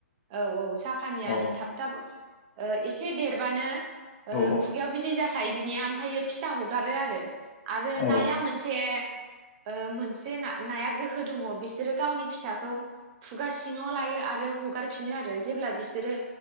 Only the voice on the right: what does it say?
औ औ जापानिया
ओं थाब थाब ओ एसे देर बानो
ओ खुगायाव बिदि जा खायो बिनिया ओमफ्रायायो फिसा हगारो आरो आरो
नाया मोनसे ओ मोनसे ना नाया गोहो दङ बिसोरो गावनि फिसाखौ खुगा सिङाव लायो आरो हगार फिनो आरो जेब्ला बिसोरो